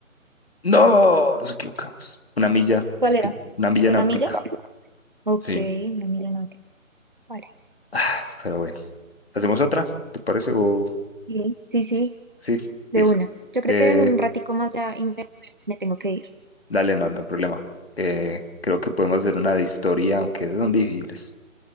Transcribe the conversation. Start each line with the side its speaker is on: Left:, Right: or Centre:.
Left: No, nos equivocamos. Una milla,
Right: ¿Cuál
Left: es que
Right: era?
Left: una milla
Right: ¿Una
Left: náutica.
Right: milla? una milla Ok,
Left: Sí.
Right: una milla náutica. Vale.
Left: Ah, pero bueno, ¿hacemos otra? ¿Te parece? O
Right: Bien. Sí, sí,
Left: sí,
Right: de
Left: dice.
Right: una. Yo creo
Left: Eh,
Right: que en un ratico más ya y me, me- me tengo que ir.
Left: dale, no, no hay problema. Eh, creo que podemos hacer una de historia, aunque esas son difíciles.